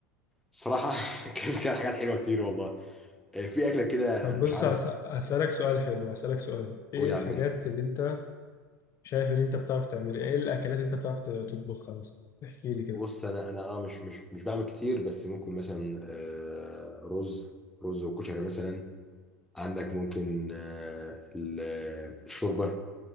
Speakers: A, in the centre; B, on the left (about 35°).
A: صراحة <laughs> كان كان حاجات حلوة كتير والله آه، في أكلة كده
B: طب
A: أنا
B: بص
A: مش عارف
B: هس- هسألك سؤال حلو هسألك سؤال ايه
A: أقول
B: الحاجات
A: أعملها
B: اللي انت شايف ان انت بتعرف تعمل ايه الاكلات اللي انت بتعرف تطبخها مثلا احكي لي كده
A: بص أنا أنا أه مش مش مش بعمل كتير بس ممكن مثلا آه، رز رز وكشري مثلا عندك ممكن آه، ال- آه، الشوربة